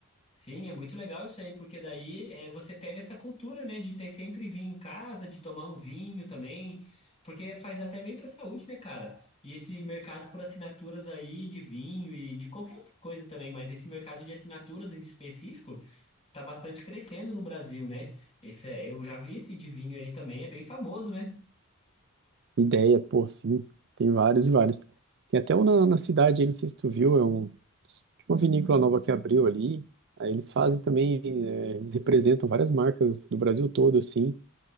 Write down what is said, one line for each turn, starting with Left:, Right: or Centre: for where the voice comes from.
Left: Sim, é muito legal isso aí, porque daí é, você pega essa cultura, né, de ter sempre vinho em casa, de tomar um vinho também, porque faz até bem para a saúde, né, cara? E esse mercado por assinaturas aí de vinho e de qualquer outra coisa também, mas esse mercado de assinaturas em específico tá bastante crescendo no Brasil, né? Esse é- eu já vi esse de vinho aí também, é bem famoso, né?
Right: Ideia, pô, sim. Tem vários e vários. Tem até um na, na cidade, aí, não sei se tu viu, é um, tipo uma vinícola nova que abriu ali. Aí eles fazem também, é, eles representam várias marcas do Brasil todo, assim.